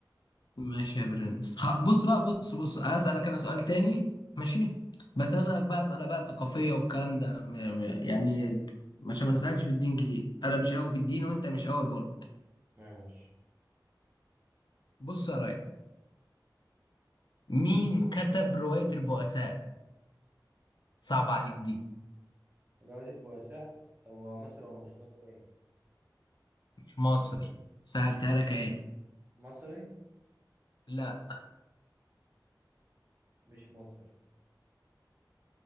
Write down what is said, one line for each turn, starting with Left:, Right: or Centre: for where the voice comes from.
Left: ماشي يا برنس خ- بص بقى بص بص هسألك انا سؤال تاني ماشي بس هسألك بقى اسئله بقى ثقافيه والكلام ده م- م- يعني عشان ما نسألش في الدين كتير انا مش قوي في الدين وانت مش قوي برضه
Right: ماشي
Left: بص يا راي مين كتب رواية البؤساء صعب عليك دي
Right: دلوقتي البؤساء طب هو مصري ولا مش مصري ايه
Left: مش مصر سهلتها لك ايه
Right: مصري
Left: لا
Right: مش مصري